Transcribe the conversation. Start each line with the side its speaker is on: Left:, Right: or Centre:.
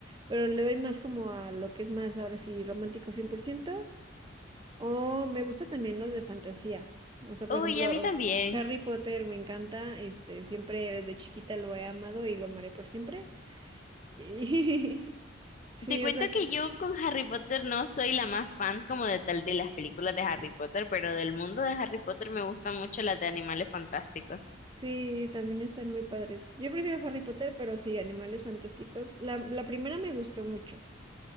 Right: pero le doy más como a lo que es más ahora sí romántico 100% o me gusta también los de fantasía, o sea, por
Left: Uy,
Right: ejemplo,
Left: a mí también.
Right: Harry Potter me encanta, este, siempre desde chiquita lo he amado y lo amaré por siempre. <laughs> Y sí,
Left: Te cuento
Right: o sea,
Left: que yo con Harry Potter no soy la más fan como de tal de las películas de Harry Potter, pero del mundo de Harry Potter me gustan mucho las de Animales Fantásticos.
Right: Sí, también están muy padres. Yo prefiero Harry Potter, pero sí, Animales Fantásticos. La, la primera me gustó mucho.